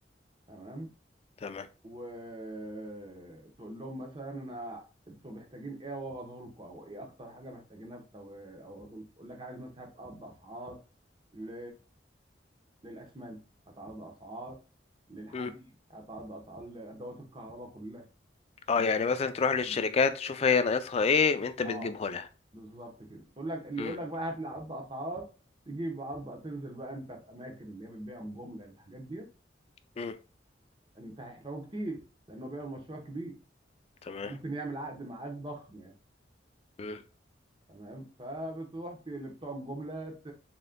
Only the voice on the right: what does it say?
تمام
وتقول لهم مثلا انا انتوا محتاجين ايه اوضه لكم او ايه اكتر حاجه محتاجينها في اوضه لكم يقول لك عايز مثلا هتعرض اسعار ل... للاسمنت هتعرض اسعار للحديد
هتعرض اسعار لادوات الكهرباء كلها السلوك
الحديد
دي
اه
بالظبط كده تقول لك اللي
يقول لك بقى هات لي عقد اسعار تجيب عقد تنزل بقى انت في اماكن اللي هي بتبيع الجمله الحاجات دي
انت هيحتاجه كتير لانه بيعمل مشروع كبير
هو ممكن يعمل عقد معاك ضخم يعني
تمام فبتروح ت- لبتوع الجمله ت-